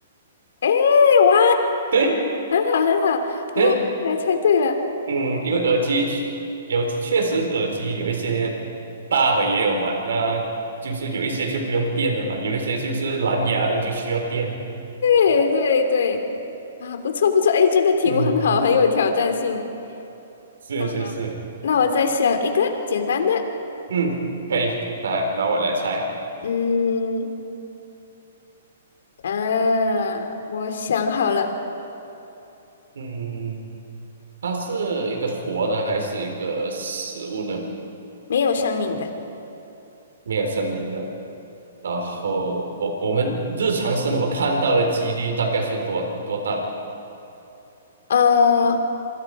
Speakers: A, on the left; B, on the right.
A: 诶，哇，
B: 对
A: 很好很好，
B: 对，
A: 哇，竟然猜对了，
B: 嗯，因为耳机确有确实耳机有一些大的也有嘛，那就是有一些就不用电的嘛，有一些就是蓝牙的就需要电。
A: 对对对，啊，不错不错，诶，这个题目很好，
B: 嗯，
A: 很有挑战性。
B: 是是是，
A: 那那我再想一个简单的，
B: 嗯，可以，来，拿我来猜，
A: 嗯。啊，我想好了，
B: 嗯，它是一个活的还是一个死物呢？
A: 没有生命的，
B: 没有生命的。然后我我们日常生活看到的几率大概是多多大？
A: 呃，